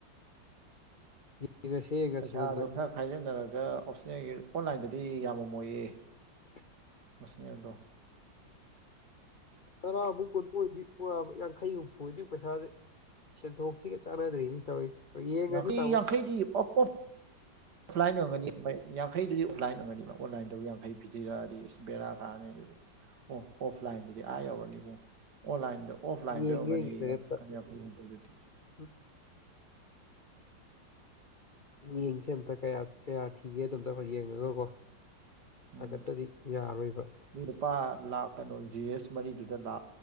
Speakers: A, on the left; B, on the right.
A: ꯌꯦꯡꯉꯁꯦ ꯌꯦꯡꯉꯁꯦ
B: ꯄꯩꯁꯥꯁꯨ
A: ꯑꯗꯨꯝꯇꯪ
B: ꯈꯔ ꯈꯥꯏꯖꯤꯟꯅꯔꯒ ꯑꯣꯞꯁꯟꯅꯜꯒꯤ ꯑꯣꯟꯂꯥꯏꯟꯗꯗꯤ ꯌꯥꯝꯃꯃꯣꯏꯌꯦ
A: <inaudible>
B: ꯑꯣꯞꯁ꯭ꯅꯦꯜꯗꯣ
A: ꯇꯔꯥ ꯑꯃꯨꯛ ꯀꯨꯟꯃꯨꯛ ꯑꯣꯏꯗꯤ ꯀꯣꯛ ꯌꯥꯕꯥ ꯌꯥꯡꯈꯩ ꯍꯨꯝꯐꯨ ꯑꯣꯏꯔꯗꯤ ꯄꯩꯁꯥꯁꯦ ꯁꯦꯟꯊꯣꯛꯁꯤꯒ ꯆꯥꯟꯅꯗ꯭ꯔꯤꯅꯦ ꯇꯧꯔꯤꯁꯦ ꯌꯦꯡꯉꯁꯤ
B: ꯌꯥꯡꯈꯩ
A: ꯇꯥꯃꯣ
B: ꯌꯥꯡꯈꯩꯗꯤ ꯑꯣꯄ ꯑꯣ
A: <inaudible>
B: ꯑꯣꯐꯂꯥꯏꯟ ꯑꯣꯏꯒꯅꯤ ꯌꯥꯡꯈꯩꯗꯨꯗꯤ ꯑꯣꯐꯂꯥꯏꯟ ꯑꯣꯏꯒꯅꯤ ꯑꯣꯐꯂꯥꯏꯟꯗꯕꯨ ꯌꯥꯡꯈꯩ ꯄꯤꯊꯔꯛꯑꯗꯤ ꯏꯁ ꯕꯦꯔꯥ ꯀꯥꯔꯅꯤ ꯑꯗꯨꯗꯤ ꯑꯣ ꯑꯣꯐꯂꯥꯏꯟꯗꯗꯤ ꯑꯥ ꯌꯧꯔꯅꯤꯕꯣ ꯑꯣꯟꯂꯥꯏꯟꯗ ꯑꯣꯐꯂꯥꯏꯟꯗ
A: ꯌꯦꯡꯒꯦ
B: ꯑꯣꯏꯔꯝꯒꯅꯤ
A: ꯌꯦꯡꯒꯦ ꯑꯝꯇ
B: ꯌꯥꯡꯈꯩ ꯍꯨꯝꯐꯨꯗꯨꯗꯤ
A: <unintelligible> ꯌꯦꯡꯁꯦ ꯑꯝꯇ ꯀꯌꯥ ꯀꯌꯥ ꯊꯤꯒꯦꯗꯣ ꯑꯝꯇ ꯑꯩꯈꯣꯏ ꯌꯦꯡꯉꯒ ꯀꯣ ꯁꯥꯀꯠꯇꯗꯤ
B: ꯎꯝ
A: ꯌꯥꯔꯣꯏꯕ
B: ꯃꯤ ꯂꯨꯄꯥ ꯂꯥꯛ ꯀꯩꯅꯣ ꯖꯤ ꯑꯦꯁ ꯃꯔꯤꯗꯨꯗ ꯂꯥ